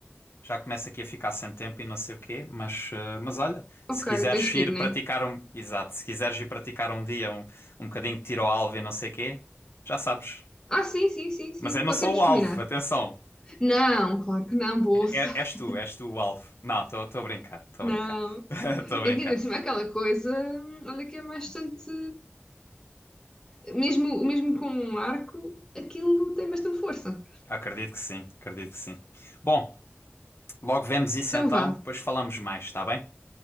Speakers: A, on the left; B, on the left.
A: Já começo aqui a ficar sem tempo e não sei o quê, mas, eh, mas olha, se
B: Ok,
A: quiseres
B: tens
A: ir
B: que ir, né?
A: praticar um, exato, se quiseres ir praticar um dia um, um bocadinho de tiro ao alvo e não sei o quê, já sabes.
B: Ah, sim, sim, sim, sim,
A: Mas eu não
B: co-
A: sou
B: temos
A: o
B: que
A: alvo,
B: combinar.
A: atenção.
B: Não, claro que não, bolsa.
A: É- é-
B: <laughs>
A: és tu, és tu o alvo. Não, estou a brincar, estou
B: Não,
A: a brincar. <laughs> Estou a brincar.
B: É que ainda cima aquela coisa, olha que é bastante. Mesmo, mesmo com um arco, aquilo tem bastante força.
A: Acredito que sim, acredito que sim. Bom, logo vemos isso
B: Então
A: então,
B: vá.
A: depois falamos mais, está bem?